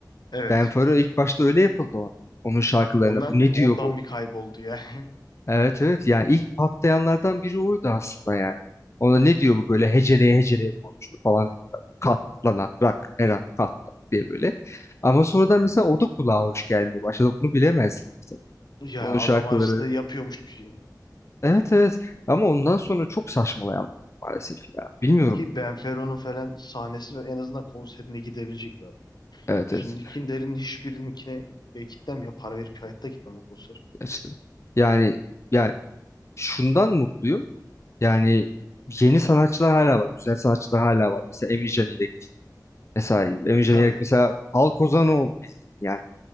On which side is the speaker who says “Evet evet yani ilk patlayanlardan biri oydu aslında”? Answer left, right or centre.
Left